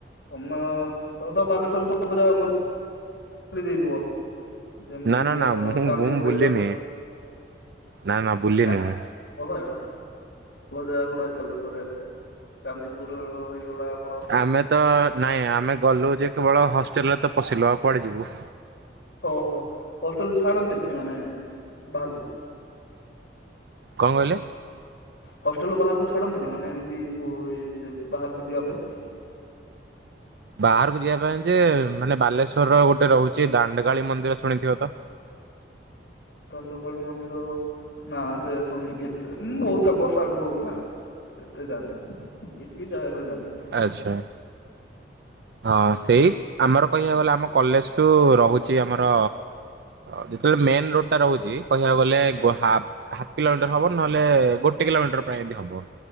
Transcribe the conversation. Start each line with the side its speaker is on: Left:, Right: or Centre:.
Left: ତମ ତମ ତ ବାଲେଶ୍ର ସବୁ ପୂ ଯା ବୁ ଖଲି ଦେଇଥିବ ଯେମିତି
Right: ନା ନା
Left: କିି
Right: ନା
Left: ଆମର
Right: ମୁଁ
Left: ଚାନ୍ଦିପୁର
Right: ମୁଁ ବୁଲିନି
Left: ହେଇଗଲା।
Right: ନା ନା ବୁଲିନି
Left: ହଁ
Right: ମୁଁ।
Left: ଭଲ ଜାଗା ଗୋଡା ଭଲ ଜାଗା ଗୁଡା ଜଲେଶ୍ଵରରେ ଚାନ୍ଦିପୁର ହେଇଗଲା। ଆମର
Right: ଆମେ ତ ନାଇଁ ଆମେ ଗଲୁ ଯେ କେବଳ ହଷ୍ଟେଲରେ ତ ପଶିଲୁ ଆଉ କୁଆଡେ ଯିବୁ।
Left: ଓ ହୋ ହଷ୍ଟେଲ୍ ଛାଡନ୍ତିନି ମାନେ ବାହାରକୁ?
Right: କଣ କହିଲେ?
Left: ହଷ୍ଟେଲ୍ ବାହାରକୁ ଛାଡନ୍ତିନି ମାନେ ଏମତି ହୁଏ ବାହାରକୁ ଯିବା ପାଇଁ?
Right: ବାହାରକୁ ଯିବା ପାଇଁ ଯେ ମାନେ ବାଲେଶ୍ଵର୍ ର ଗୋଟେ ରହୁଛି ଦାଣ୍ଡକାଳୀ ମନ୍ଦିର ଶୁଣିଥିବେ ତ?
Left: ଦଣ୍ଡକୋଳି ମନ୍ଦିର ନା ସେ ସୋନି ଭିତ୍ ବୋହୁ ବର୍ଷ ଆଗରୁ ରହୁନା। ଏତେ ଜାନି କିସ୍ କି ଜାଗା ହେଲେ ଜାଣିନ୍ତି।
Right: ଆଚ୍ଛା। ହଁ ସେଇ ଆମର କହିବାକୁ ଗଲେ ଆମ କଲେଜଠୁ ରହୁଛି ଆମର। ଯେତେବେଳେ ମେନ୍ ରୋଡ୍ ଟା ରହୁଛି କହିବାକୁ ଗଲେ ଗୁହାପ୍ ହାଫ୍ କିଲୋମିଟର ହବ ନହେଲେ ଗୋଟେ କିଲୋମିଟର ପ୍ରାଏ ହେଇଥିବ।